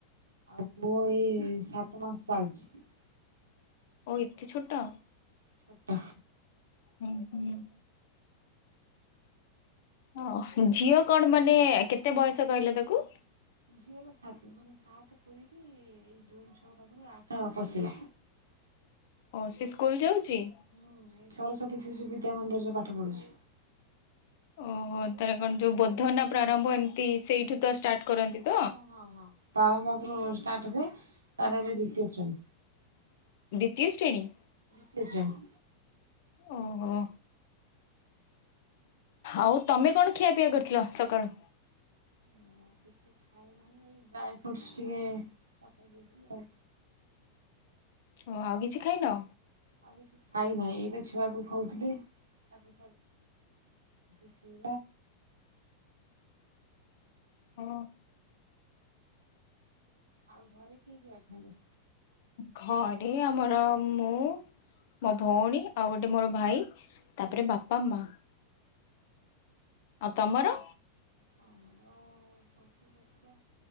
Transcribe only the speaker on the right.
ଆଉ ପୁଅ ଏଇ ସାତ ମାସ ଚାଲିଛି।
ଛୋଟ
ଝିଅର ସାତ ମାନେ ସାତ ପୁରୀକି ଏ ଜୁନ ଛଅ ପାଖରୁ ଆଠ ପଶିଲା।
ହୁଁ ଏଇ ସରସ୍ଵତୀ ଶିଶୁ ବିଦ୍ୟା ମନ୍ଦିର ରେ ପାଠ ପଢୁଛି।
ହ ହ ପ୍ରାରମ୍ଭ ପାଖରୁ ଷ୍ଟାର୍ଟ ହୁଏ ତାର ଏବେ ଦ୍ଵିତୀୟ ଶ୍ରେଣୀ।
ତିୟ ଶ୍ରେଣୀ।
ମୁଁ କିଛି ଖାଇନାହିଁ ଏଇ ଡ୍ରାଏ ଫ୍ରୁଟ୍ସ ଟିକେ ପକେଇ ଦେଇଥିଲି ଆଉ।
ଆଉ କିଛି ଖାଇ ନାହିଁ। ଏଇ ତ ଛୁଆକୁ ଖୋଉଥିଲି। ଶ ତାକୁ ସ
ଆଉ ଘରେ କିଏ କିଏ ଅଛନ୍ତି?
ଆମର ଶାଶୁ ଶଶୁର